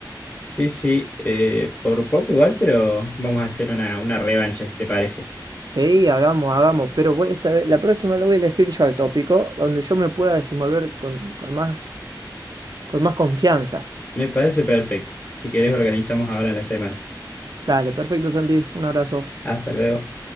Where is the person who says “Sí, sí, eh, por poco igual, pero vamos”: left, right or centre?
Left